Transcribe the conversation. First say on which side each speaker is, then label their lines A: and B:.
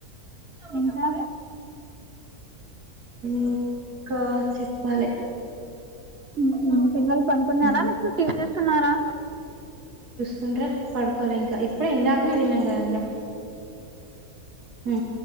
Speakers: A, on the right; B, on the right.
A: ఇంకా
B: ఉ క చెప్ వలే
A: ఉహు పిల్లలు పనుకున్నారా
B: ఉమ్.
A: మీకు టీ వీ చూస్తున్నారా
B: తుంటే పడుకోలే ఇంకా ఇప్పుడే ఇందా <inaudible> తిన్నాం గదా అందరం ఊ